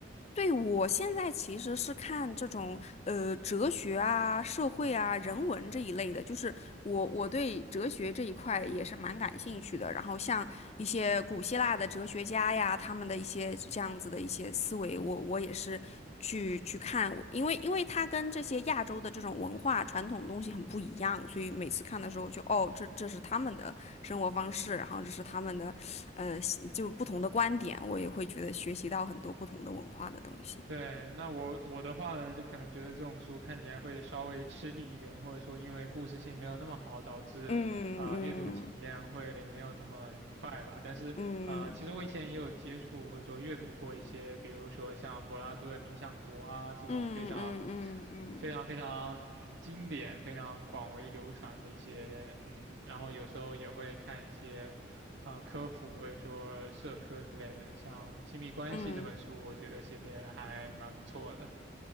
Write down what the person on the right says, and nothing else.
对，那我我的话呢，就可能觉得这种书看起来会稍微吃力一点，或者说因为故事性没有那么好，导致啊、
呃阅读体验会没有那么愉快吧。但是啊、
呃其实我以前也有接触或者说阅读过一些，比如说像柏拉图的《理想国》啊这种非常
非常非常嗯经典、非常广为流传的一些嗯，然后有时候也会看一些。啊科普或者说社科之类的，像《亲密关系》这本书，
我觉得写的还蛮不错的。